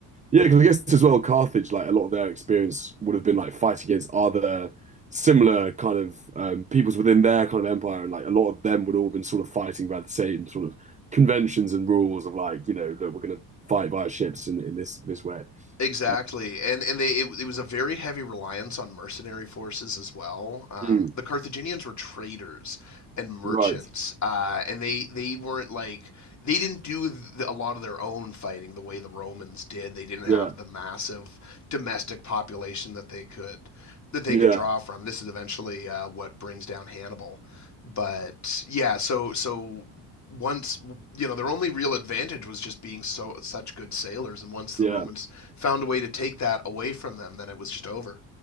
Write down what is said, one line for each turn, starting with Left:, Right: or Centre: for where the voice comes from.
Right: Yeah, because I guess as well, Carthage, like a lot of their experience would have been like fighting against other similar kind of um, peoples within their kind of empire, and like a lot of them would all been sort of fighting by the same sort of conventions and rules of like, you know, that we're going to fight via ships in, in this this way.
Left: Exactly,
Right: Uh,
Left: and and they it, it was a very heavy reliance on mercenary forces as well. Um,
Right: mm,
Left: the Carthaginians were traders and merchants,
Right: right.
Left: uh, and they they weren't like they didn't do th a lot of their own fighting the way the Romans did. They didn't have
Right: Yeah.
Left: the massive domestic population that they could that they
Right: Yeah.
Left: could draw from. This is eventually uh, what brings down Hannibal, but yeah, so so once you know their only real advantage was just being so such good sailors and once the
Right: Yeah.
Left: romans found a way to take that away from them, then it was just over.